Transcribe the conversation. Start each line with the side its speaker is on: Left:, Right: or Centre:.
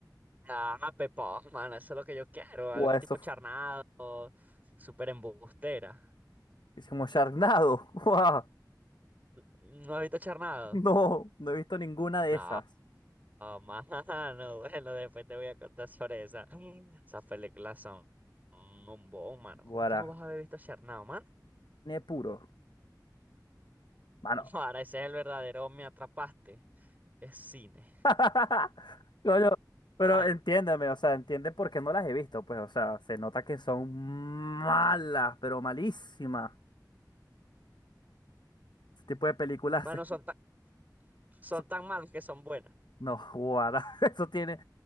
Right: Ah, Pepón, mano, eso es lo que yo quiero,
Left: o
Right: algo
Left: eso,
Right: tipo charnado, súper embustera.
Left: es como Sharknado. <laughs> ¡Guau!
Right: ¿No has visto charnado?
Left: No, no he visto ninguna de
Right: No,
Left: esas.
Right: mano, <laughs> bueno, después te voy a contar sobre esa. Esas películas son un bombón, mano. ¿Cómo
Left: Guaratine
Right: tú no vas a haber visto Charnado, mano?
Left: puro. Mano.
Right: <laughs> Ahora ese es el verdadero Me Atrapaste. Es cine.
Left: <laughs> Coño, Pero
Right: Ah,
Left: entiéndeme, o sea, entiende por qué no las he visto, pues, o sea, se nota que son malas, pero malísimas. Ese tipo de películas,
Right: Mano,
Left: <laughs>
Right: son tan, son
Left: eso-
Right: tan malas que son buenas.
Left: no, guara, <laughs> eso tiene,